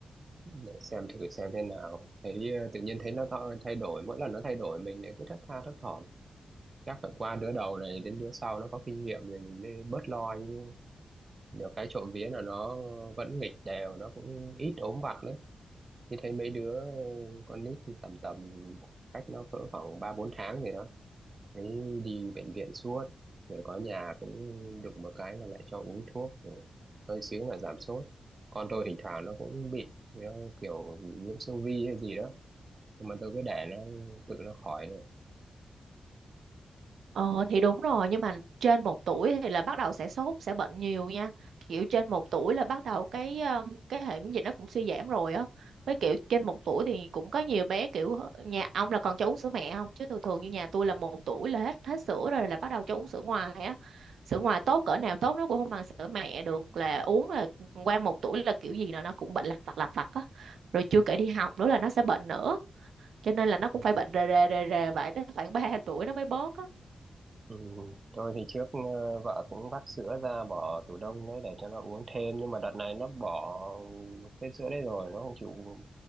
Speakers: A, on the right (about 40°); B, on the right (about 85°).
A: để xem thử xem thế nào thấy ờ, tự nhiên thấy nó tho- thay đổi mỗi lần nó thay đổi mình lại cứ thất tha thất thỏm chắc phải qua đứa đầu này đến đứa sau nó có kinh nghiệm rồi mình mới bớt lo chứ nhiều cái trộm vía là nó vẫn nghịch đều nó cũng ít ốm vặt đấy như thấy mấy đứa con nít tầm tầm cách nó cỡ khoảng ba bốn tháng gì đó thấy đi bệnh viện suốt rồi có nhà cũng đụng một cái là lại cho uống thuốc rồi hơi xíu là giảm sốt con tôi thỉnh thoảng nó cũng bị nó kiểu bị nhiễm siêu vi hay gì đó nhưng mà tôi cứ để nó tự nó khỏi được
B: Ờ thì đúng rồi nhưng mà trên một tuổi thì là bắt đầu sẽ sốt sẽ bệnh nhiều nha kiểu trên một tuổi là bắt đầu cái um, cái hệ miễn dịch nó cũng suy giảm rồi á với kiểu trên một tuổi thì cũng có nhiều bé kiểu nhà ông là còn cho uống sữa mẹ không chứ thường thường như nhà tôi là một tuổi là hết hết sữa rồi là bắt đầu cho uống sữa ngoài á sữa ngoài tốt cỡ nào tốt nó cũng không bằng sữa mẹ được là uống là qua một tuổi là kiểu gì là nó cũng bệnh lặt vặt lặt vặt á rồi chưa kể đi học nữa là nó sẽ bệnh nữa cho nên là nó cũng
A: ừ.
B: phải bệnh rề rề rề rề vậy tới khoảng ba tuổi nó mới bớt á
A: Ừ. tôi thì trước ờ, vợ cũng vắt sữa ra bỏ tủ đông đấy để cho nó uống thêm nhưng mà đợt này nó bỏ cái sữa đấy rồi nó không chịu